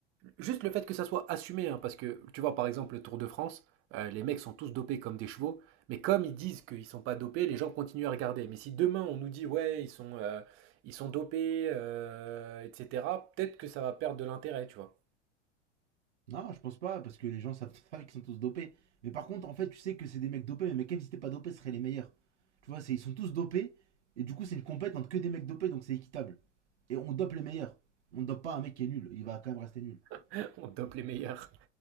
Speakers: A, on the right; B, on the right.
A: juste le fait que ça soit assumé, hein, parce que tu vois, par exemple, le Tour de France, euh, les mecs sont tous dopés comme des chevaux, mais comme ils disent qu'ils sont pas dopés, les gens continuent à regarder. Mais si demain on nous dit, ouais, ils sont, euh, ils sont dopés, euh, etc., peut-être que ça va perdre de l'intérêt, tu vois.
B: Non, je pense pas, parce que les gens savent <laughs> qu'ils sont tous dopés. Mais par contre, en fait, tu sais que c'est des mecs dopés, mais même si t'es pas dopé, ce seraient les meilleurs. Tu vois, c'est, ils sont tous dopés, et du coup, c'est une compète entre que des mecs dopés, donc c'est équitable. Et on dope les meilleurs. On dope pas un mec qui est nul, il va quand même rester nul. <laughs>
A: <laughs> On dope les meilleurs.